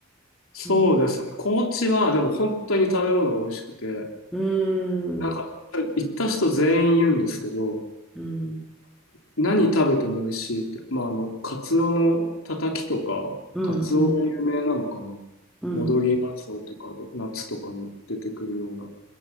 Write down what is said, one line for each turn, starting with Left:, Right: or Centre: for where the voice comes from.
Left: そうですね。
Centre: うん、
Left: 高知は、でも本当に食べ物が美味しくて、
Centre: うーん、
Left: なんか、行った人全員言うんですけど、
Centre: うん、
Left: 何食べても美味しいって。まあ、あの、カツオのたたきとか、
Centre: うん、
Left: カツオが有名なのかな。
Centre: うん、うん、
Left: 戻りガツオとかで、夏とかに出てくるような